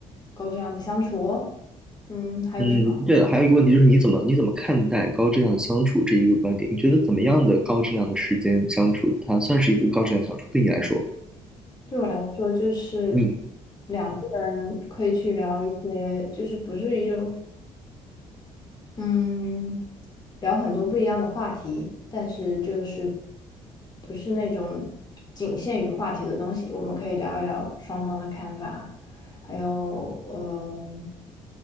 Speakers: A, on the left (about 30°); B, in the centre.
A: 高质量的相处哦，嗯，还有什么？
B: 嗯，对了，还有一个问题就是你怎么你怎么看待高质量的相处这一个观点？你觉得怎么样的高质量的时间相处，它算是一个高质量相处？对你来说，
A: 对我来说，就是
B: 嗯，
A: 两个人可以去聊一些，就是不是一种，嗯。聊很多不一样的话题，但是就是不是那种仅限于话题的东西，我们可以聊一聊双方的看法，还有呃